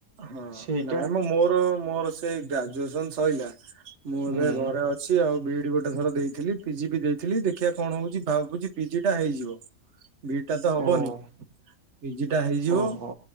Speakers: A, on the right; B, on the right.
A: ହଁ
B: ସେଇଟା
A: ନାଇଁ ମୋ ମୋର ମୋର ସେଇ ଗ୍ରାଜୁଏସନ ସଇଲା ମୁଁ
B: ହୁଁ
A: ଏବେ ଘରେ ଅ ଛି ଆଉ ବି ଇ ଡି ଗୋଟେ ଥର ଦେଇଥିଲି ପି ଜି ବି ଦେଇଥିଲି ଦେଖିଆ କଣ ହଉଚି ଭାବୁଚି ପି ଜି ଟା ହେଇଯିବ। ବି ଇ ଡି ଟା ତ ହବନି
B: ଓ
A: ପି ଜି ଟା ହେଇଯିବ
B: ଓହୋ